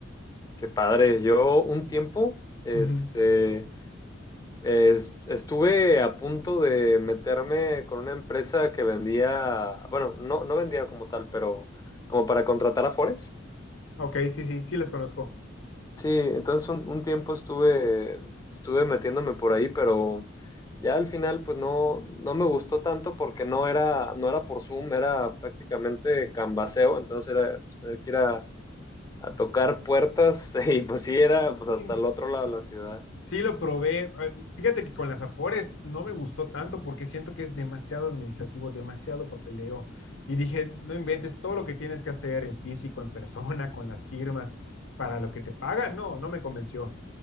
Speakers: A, on the left (about 20°); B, on the left (about 80°).
A: qué padre. Yo un tiempo, este,
B: Ujú.
A: es- estuve a punto de meterme con una empresa que vendía, bueno, no, no vendía como tal, pero como para contratar a Afores.
B: Ok, sí, sí, sí las conozco.
A: Sí, entonces un, un tiempo estuve, estuve metiéndome por ahí, pero ya al final pues no, no me gustó tanto porque no era, no era por Zoom, era prácticamente canvaseo, entonces era pues, tener que ir a, a tocar puertas <laughs> y pues sí era pues
B: Y
A: hasta el otro lado de la ciudad,
B: Sí lo probé. eh, Fíjate que con las Afores no me gustó tanto porque siento que es demasiado administrativo, demasiado papeleo. Y dije, no inventes todo lo que tienes que hacer en físico, en persona, con las firmas, para lo que te pagan. No, no me convenció.